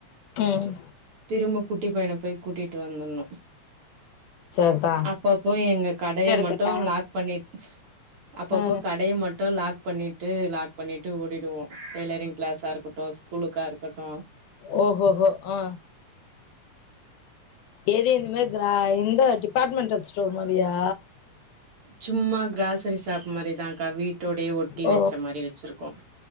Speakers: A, on the left; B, on the right.
A: ம்
B: திரும்ப குட்டி பையன போய் கூட்டிட்டு வந்துர்ணு
A: சரிதா
B: அப்பப்போ எங்க கடைய
A: எடுக்கட்டா
B: மட்டு லாக் பண்ணிட் அப்பப்போ
A: ம்
B: கட் டைய மட்டு லாக் பண்ணிட்டு லாக் பண்ணிட்டு ஓடிடுவோ டெய்லரிங் கிளாஸா இருக்கட்டு ஸ்கூலுக்கா இருக்கட்டு
A: ஓ ஹோ ஹோ ஆ எது இந்த மாரி கிரா இந்த டிபார்ட்மென்டல் ஸ்டோர் மாரியா
B: சும்மா கிராசரி ஷாப் மாரிதாக்கா வீட்டோடே ஒட்டி
A: ஓ
B: வெச்ச மாரி வெச்சிருக்கோ